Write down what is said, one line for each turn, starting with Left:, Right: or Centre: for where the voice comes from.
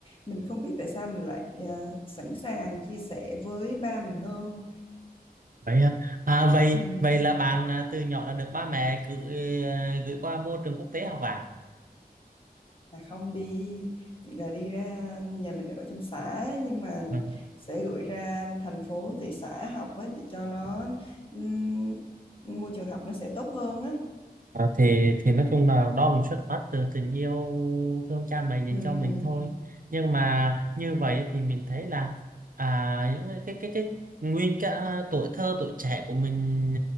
Left: mình không biết tại sao mình lại à, sẵn sàng chia sẻ với ba mình hơn
Right: vậy hả? à, vậy
Left: Ừm,
Right: vậy là bạn à, từ nhỏ đã được ba mẹ gửi à, gửi qua môi trường quốc tế học à?
Left: à không đi chỉ là đi ra nhà mình ở trong xã nhưng mà
Right: Ừ.
Left: sẽ gửi ra thành phố thị xã học ấy, để cho nó ừm, môi trường học nó sẽ tốt hơn á
Right: À, thì thì nói chung là đó cũng xuất phát từ tình yêu thương cha mẹ dành
Left: ừ
Right: cho mình
Left: ừ
Right: thôi nhưng mà như vậy thì mình thấy là à những cái cái cái, cái nguyên cả tuổi thơ tuổi trẻ của mình